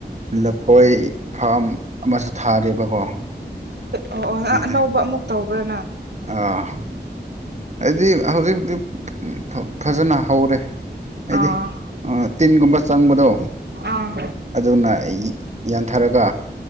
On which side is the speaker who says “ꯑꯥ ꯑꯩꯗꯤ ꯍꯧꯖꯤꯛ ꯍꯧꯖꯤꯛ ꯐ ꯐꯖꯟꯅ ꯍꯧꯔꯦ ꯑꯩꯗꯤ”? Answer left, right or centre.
Right